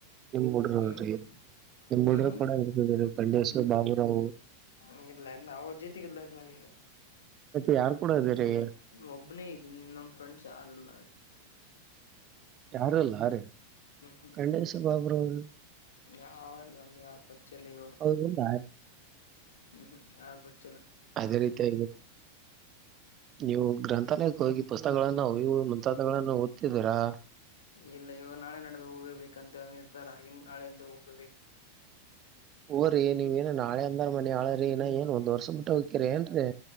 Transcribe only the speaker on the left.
ಹ್ಮ್
ಹ್ಮ್
ಹ ಇಲ್ಲ ಅಣ್ಣಾ ಅವ್ರ ಜೊತಿಗಿಇಲ್ಲ ಇ ನಾನೀಗ.
ಒಬ್ನೇ ಇದ್ದೀನ್ ನಮ್ಮ್ ಫ್ರೆಂಡ್ಸ್ ಯಾರಿಲ್ಲ.
ಹ್ಮ ಹಾ <inaudible>
ಯಾವಂದ ನಮ್ ಯಾರ ಪರಿಚಯಿಲ್ಲ ಈಗ ಅವರು
ಹ್ಮ್ ಯಾರು ಪರಿಚಯಿಲ್ಲ.
ಇಲ್ಲ ಇವಾಗ ನಾಳೆ ನಾಡಿದ ಹೋಗಬೇಕಂತ ನಿರ್ಧಾರ ಈಗನಾಳೆಯಿಂದ ಹೋಗಬೇಕು.